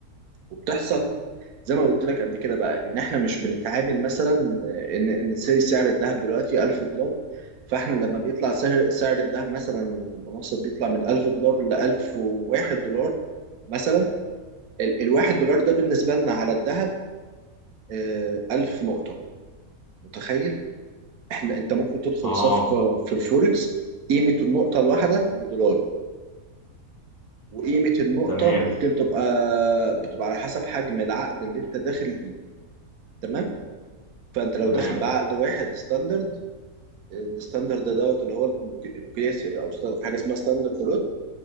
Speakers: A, on the right; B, on the left.
A: وبتحصل زي ما قلت لك قبل كده بقى ان احنا مش بنتعامل مثلا ان ان سي- سعر الذهب دلوقتي 1000 دولار فاحنا لما بيطلع سعر سعر الذهب مثلا الأونصة بيطلع من 1000 دولار ل 1001 دولار مثلا ال الواحد دولار ده بالنسبة لنا على الذهب آه، 1000 نقطة متخيل احنا انت ممكن تدخل
B: اه
A: صفقة في الفوركس قيمة النقطة الواحدة بدولار وقيمة النقطة
B: تمام
A: ممكن تبقى بتبقى على حسب حجم العقد اللي انت داخل بيه تمام فانت لو
B: تمام
A: داخل بعقد واحد ستاندرد الستاندرد دوت اللي هو المك- القياسي او ست- حاجه اسمها ستاندرد بلوت